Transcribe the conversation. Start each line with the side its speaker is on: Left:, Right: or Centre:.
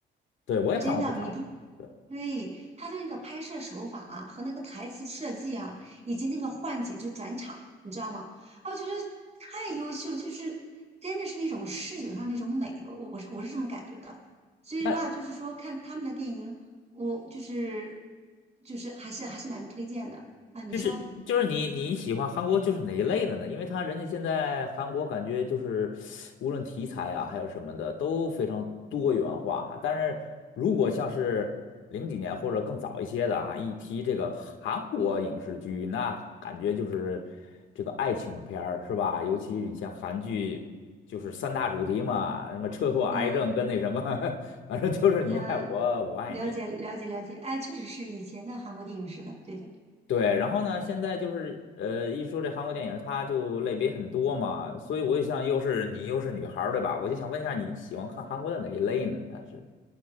Left: 对，我也看过不少。
Right: 真的，你不，
Left: 对，
Right: 对，他的那个拍摄手法啊，和那个台词设计啊，以及那个换景就转场，你知道吗？啊我觉得太优秀了就是真的是那种视觉上那种美，我我是我是这么感觉的。所以的话，
Left: 那
Right: 就是说看他们的电影，我就是就是还是还是蛮推荐的啊。你说，
Left: 就是就是你你喜欢韩国就是哪一类的呢？因为他人家现在韩国感觉就是无论题材啊，还有什么的都非常多元化哈。但是如果像是零几年或者更早一些的啊，一提这个韩国影视剧，那感觉就是这个爱情片儿是吧？尤其以前韩剧就是三大主题嘛，什么车祸、癌症跟那什么，
Right: 嗯
Left: <laughs> 反正就是你爱我，
Right: 呃，
Left: 我爱你。
Right: 了解了解了解，哎，确实是以前的韩国电影是的，对的。
Left: 对，然后呢，现在就是呃，一说这韩国电影，它就类别很多嘛，所以我就想，又是你又是女孩儿对吧？我就想问一下，你喜欢看韩国的哪一类呢？但是，